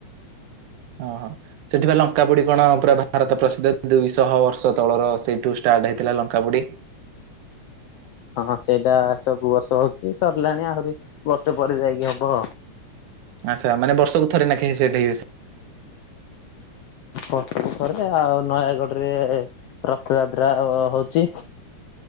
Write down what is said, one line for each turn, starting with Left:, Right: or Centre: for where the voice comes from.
Right: ଓହୋ ସେଠି ବା ଲଙ୍କାପୁଡି କଣ ପୁରା ଭାରତ ପ୍ରସିଦ୍ଧ ଦୁଇଶହ ବର୍ଷ ତଳର ସେଇଠୁ ଷ୍ଟାର୍ଟ ହେଇଥିଲା ଲଙ୍କାପୁଡି
Left: ହଁ ହଁ ସେଇଟା ସବୁ ବର୍ଷ ହଉଛି ଯେ ସ ରିଲାଣି ଆହୁରି ବର୍ଷେ ପରେ ଯାଇକି ହବ।
Right: ଆଚ୍ଛା ମାନେ ବର୍ଷକୁ ଥରେ ନା କେଇ ସେଇଟାଏ
Left: ଆଉ ନୟାଗଡ଼ରେ ରଥଯାତ୍ରା ହଉଛି